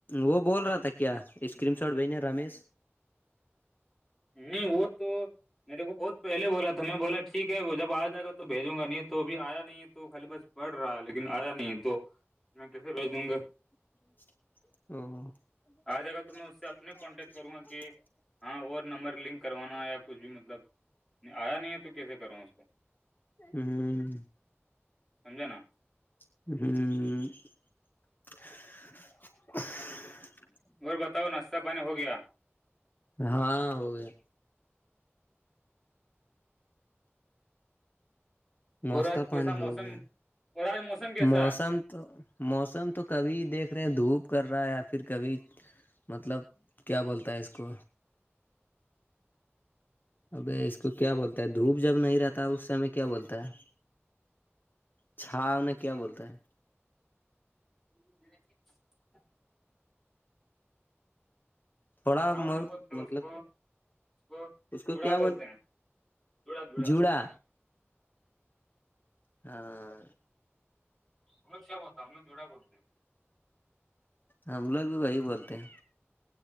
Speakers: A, on the left; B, in the centre.
A: وہ بول رہا تھا کیا اسکریم شاٹ بھیجنے رمیش
B: نہیں وہ تو میرے کو بہت پہلے بولا تھا میں بولا ٹھیک ہے وہ جب آ جائے گا تو بھیجوں گا نہیں تو ابھی آیا نہیں تو خالی بس بڑھ رہا ہے لیکن آیا نہیں تو میں کیسے بھیج دوں گا
A: او
B: آ جائے گا تو میں اس سے اپنے کانٹیکٹ کروں گا کہ ہاں اور نمبر لنک کروانا یا کچھ بھی مطلب آیا نہیں ہے تو کیسے کراوں اس کو
A: ہوں
B: سمجا نا <unintelligible>
A: ہوں <inaudible>
B: اور بتاؤ ناشہ پانی ہو گیا
A: ہاں ہو گیا <inaudible> ناشتتا
B: اور آج کیسا
A: پانی
B: موسم
A: ہو گیا
B: اور آج موسم کیسا
A: موسم
B: ہے
A: تو موسم تو کبھی دیکھ رہے ہیں دھوپ کر رہا ہے یا پھر کبھی مطلب کیا بولتا ہے اس کو اب اس کو کیا بولتا ہے دھوپ جب نہیں رہتا ہے اس سمے کیا بولتا ہے چھا انیں کیا بولتا ہے
B: <inaudible>
A: تھوڑا
B: ساو
A: بہت
B: نہیں بولتے
A: مطلب
B: اس کو اس کو
A: اس کو
B: جڑا
A: کیا
B: بولتے ہیں جڑا جڑا
A: جوڑا ہاں
B: ہم س کیا ہوتا ہم نے جوورا کرتے ہیں
A: ہم لوگ بھی وہی بولتے ہیں